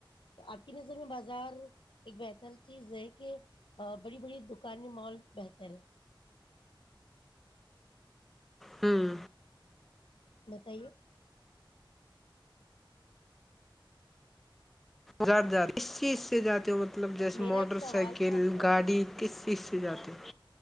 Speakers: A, on the left (about 70°); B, in the centre.
A: تو آپ کی نظر میں بازار ایک بہتر چیز ہے کہ بڑی بڑی دکانیں مال بہتر ہے
B: ہاں <inaudible>
A: بتائیے
B: زر جد چس سے جاتے ہو مطلب جیسے
A: میرا
B: موٹر
A: ایک سوال
B: سائیکل
A: تھا آپ کا
B: گاڑی کس اس سے جاتے